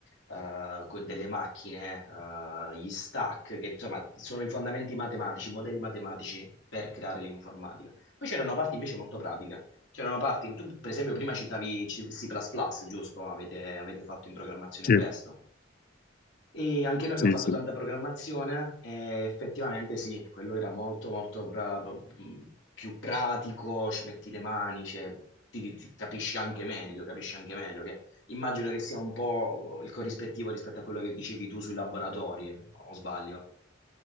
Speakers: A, on the left (about 70°); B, on the left (about 50°).
A: eh, con delle macchine, eh, gli stack, che insomma sono i fondamenti matematici, i modelli matematici per creare l'informatica. Poi c'era una parte invece molto pratica C'erano parti, tu per esempio prima citavi C++, C++, giusto? Avete, avete fatto in programmazione
B: Sì,
A: questo. E anche noi
B: sì,
A: abbiamo fatto
B: sì.
A: tanta programmazione e effettivamente sì, quello era molto molto pra- più pratico, ci metti le mani, cioè, ti, ti capisci anche meglio, capisci anche meglio che immagino che sia un po' il corrispettivo rispetto a quello che dicevi tu sui laboratori, o sbaglio?